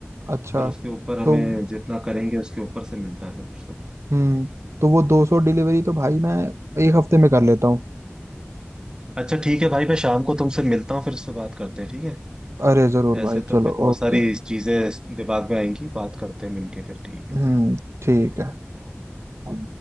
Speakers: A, on the right (about 80°); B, on the right (about 20°).
A: अच्छा
B: फिर उसके ऊपर हमें
A: तो
B: जितना करेंगे उसके ऊपर से मिलता है फिर कुछ तो कुछ
A: हम्म तो वो 200 डिलीवरी तो भाई मैं एक हफ्ते में कर लेता हूँ
B: अच्छा ठीक है भाई मैं शाम को तुमसे मिलता हूँ फिर उससे बात करते हैं ठीक है
A: अरे जरूर
B: ऐसे
A: भाई
B: तो
A: चलो
B: फिर बहुत
A: ओके
B: सारी चीजें दिमाग में आएंगी बात करते हैं मिलके फिर ठीक
A: हम्म ठीक
B: है
A: है